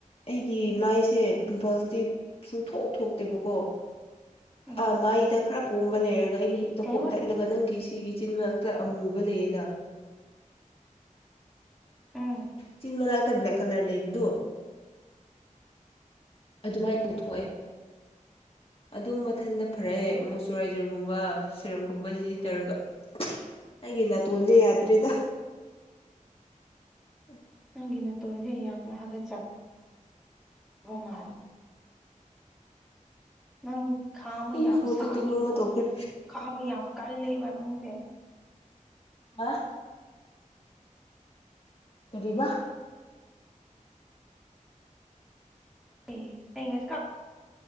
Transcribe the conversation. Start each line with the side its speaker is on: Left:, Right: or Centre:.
Left: ꯑꯩꯒꯤ ꯃꯥꯏꯁꯦ ꯄꯤꯝꯄꯜꯁꯇꯤ ꯁꯨꯡꯊꯣꯛ ꯊꯣꯛꯇꯦꯕꯀꯣ
Centre: ꯎꯝ
Left: ꯑ ꯃꯥꯏꯗ ꯈꯔ ꯄꯣꯝꯕ ꯂꯩꯔꯒ ꯑꯩꯅ ꯍꯦꯛꯇ
Centre: ꯀꯩꯕ
Left: ꯀꯣꯠ ꯇꯠꯂꯒ ꯅꯪꯒꯤ ꯁꯤꯒꯤꯆꯤꯟ ꯃꯅꯥꯛꯇ ꯑꯃꯨꯕ ꯂꯩꯌꯦꯅ
Centre: ꯎꯝ
Left: ꯆꯤꯟ ꯃꯅꯥꯛꯇꯥ ꯭ꯂꯦꯛ ꯀꯂꯔ ꯂꯩꯕꯤ ꯑꯗꯨꯃꯥꯏꯅ ꯊꯣꯛꯑꯦ ꯑꯗꯨꯝ ꯃꯊꯟꯗ ꯐꯔꯛꯑꯦ
Centre: ꯑꯣ
Left: ꯃꯣꯏꯆꯔꯥꯏꯖꯔ ꯒꯨꯝꯕ ꯁꯦꯔꯝꯒꯨꯝꯕ ꯁꯤꯖꯤꯟꯅꯔꯒ ꯑꯩꯒꯤ ꯅꯥꯇꯣꯟꯁꯦ ꯌꯥꯗ꯭ꯔꯦꯗ ꯑ
Centre: ꯅꯪꯒꯤ ꯅꯥꯇꯣꯟꯁꯦ ꯑꯩ ꯌꯥꯝꯅ ꯍꯥꯒꯠꯆꯕ ꯃꯥꯜꯔ ꯅꯪ ꯈꯥꯡꯕ
Left: ꯑꯩꯒꯤ
Centre: ꯌꯥꯝ
Left: ꯐꯣꯟꯁꯦ
Centre: ꯁꯥꯡꯉꯤꯀꯣ
Left: ꯀꯩꯅꯣꯝꯃ ꯇꯧꯈ꯭ꯔꯦ
Centre: ꯈꯥꯡꯕ ꯌꯥꯝ ꯀꯜꯂꯦꯕ ꯅꯪꯁꯦ
Left: ꯑ ꯇꯔꯤꯕ
Centre: ꯑꯦ ꯑꯩ ꯉꯁꯤ